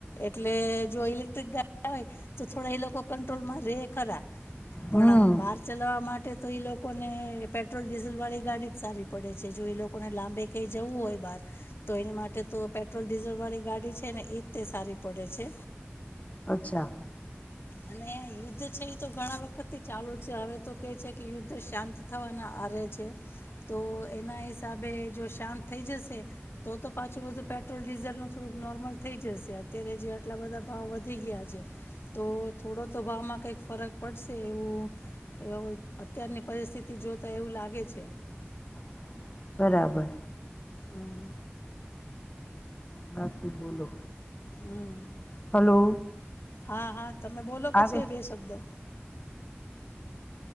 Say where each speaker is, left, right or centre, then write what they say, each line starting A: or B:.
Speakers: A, on the left; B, on the left.
A: એટલે જો ઇલેક્ટ્રિક ગા હોય, તો થોડા એ લોકો કંટ્રોલમાં રે ખરા, પણ
B: હમ
A: બાર ચલાવા મા ટે તો એ લોકોને પેટ્રોલ ડીઝલવાળી ગાડી જ સારી પડે છે જો એ લોકોને લાંબે કંઈ જવું હોય બહાર તો એની માટે તો પેટ્રોલ ડીઝલવાળી ગાડી છે ને ઈ જ તે સારી પડે છે.
B: અચ્છા.
A: અને યુદ્ધ છે ઈ તો ઘણા વખત થી ચાલુ છે, હવે તો કે છે કે યુદ્ધ શાંત થવાના આરે છે, તો એના હિસાબે જો શાંત થઈ જશે તો તો પાછું બધું પેટ્રોલ ડીઝલનું થોડુંક નોર્મલ થઈ જશે અત્યારે જે આટલા બધા ભાવ વધી ગ્યા છે તો થોડો તો ભાવમાં કંઈક ફરક પડશે એવું એવું અત્યારની પરિસ્થિતિ જોતા એવું લાગે છે.
B: હ બરાબર.
A: હમ
B: બાકી બોલો
A: હમ.
B: હલો
A: હા, હા, તમે બોલો પછી
B: આવે
A: હવે બે શબ્દો.